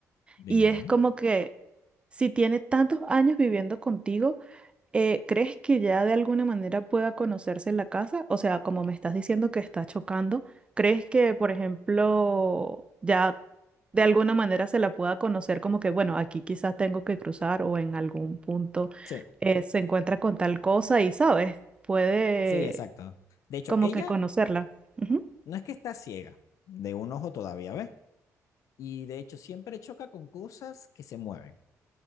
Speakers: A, on the left (about 65°); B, on the right (about 20°).
A: Dime,
B: y es
A: dime.
B: como que si tiene tantos años viviendo contigo, eh, ¿crees que ya de alguna manera pueda conocerse en la casa? O sea, como me estás diciendo que está chocando, ¿crees que, por ejemplo, ya de alguna manera se la pueda conocer como que, bueno, aquí quizás tengo que cruzar o en algún punto
A: Sí,
B: eh, se encuentra con tal cosa y, ¿sabes? Puede
A: sí, exacto. De hecho,
B: como
A: ella
B: que conocerla. Ujú.
A: no es que está ciega, de un ojo todavía, ¿ves? y de hecho siempre choca con cosas que se mueven.